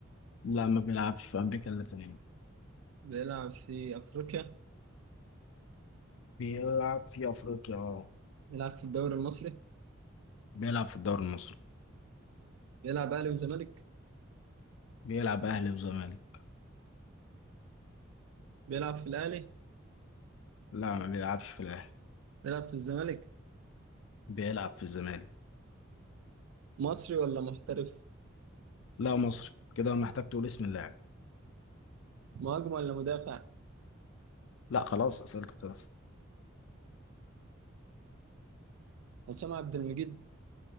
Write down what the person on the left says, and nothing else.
لا ما بيلعبش في أمريكا اللاتينية
بيلعب في أفريقيا اه
بيلعب في الدوري المصري
بيلعب اهلي وزمالك
لا ما بيلعبش في الاهلي
بيلعب في الزمالك
لا مصري كده محتاج تقول اسم اللاعب
لا خلاص اسئلتك خلاص